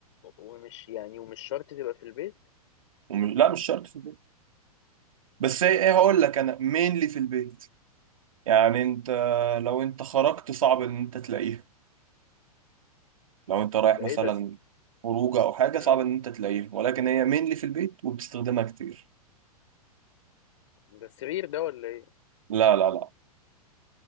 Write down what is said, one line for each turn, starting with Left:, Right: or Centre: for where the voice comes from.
Left: ومش يعني ومش شرط تبقى في البيت
Right: ومش... لا مش شرط في البيت بس هي ايه هقول لك أنا مينلي في البيت يعني أنت لو أنت خرجت صعب إن أنت تلاقيها لو أنت رايح
Left: ده
Right: مثلا
Left: ايه ده
Right: خروجة أو حاجة
Left: مم.
Right: صعب إن أنت تلاقيها ولكن هي مينلي في البيت وبتستخدمها كتير
Left: ده السرير ده ولا ايه
Right: لا لا لا